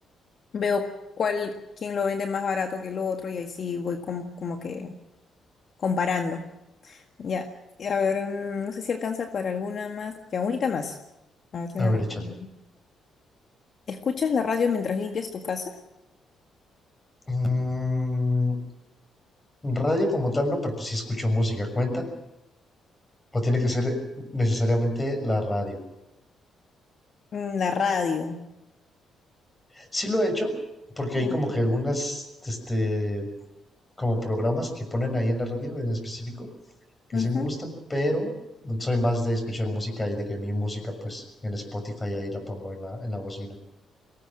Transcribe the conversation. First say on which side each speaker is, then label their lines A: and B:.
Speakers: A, on the left; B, on the left.
A: veo cuál, quién lo vende más barato que el otro, y ahí sí voy com- como que comparando. Ya, y a ver, mm, no sé si alcanza para alguna más. Ya, unita más. A ver si la
B: A ver,
A: respondo.
B: échale.
A: ¿Escuchas la radio mientras limpias tu casa?
B: Mm, radio como tal no, pero pues sí escucho música, ¿cuenta? O tiene que ser necesariamente la radio.
A: Mm, La radio.
B: Sí lo he hecho, porque hay
A: Mm,
B: como que algunas, este, como programas que ponen ahí en la radio en específico, que
A: ujú,
B: sí me gustan, pero soy más de escuchar música y de que mi música, pues, en Spotify ahí la pongo en la, en la bocina.